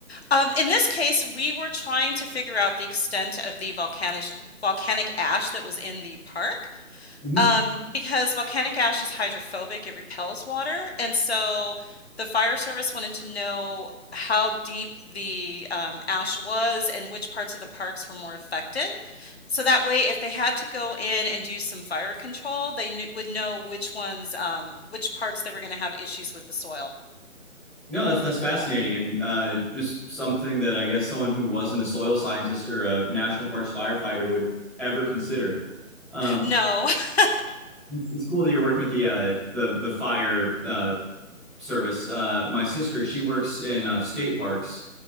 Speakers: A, on the left; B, in the centre.
A: Um, in this case, we were trying to figure out the extent of the volcanic volcanic ash that was in the park.
B: hmm
A: Um, because volcanic ash is hydrophobic, it repels water, and so the fire service wanted to know how deep the um, ash was and which parts of the parks were more affected. So that way, if they had to go in and do some fire control, they knew, would know which ones, um, which parts they were going to have issues with the soil.
B: No, that's that's fascinating and uh, just something that I guess someone who wasn't a soil scientist or a national parks firefighter would ever consider. Um,
A: No. <laughs>
B: it's, it's cool that you're working with the uh, the the fire uh, service. Uh, my sister, she works in uh, state parks,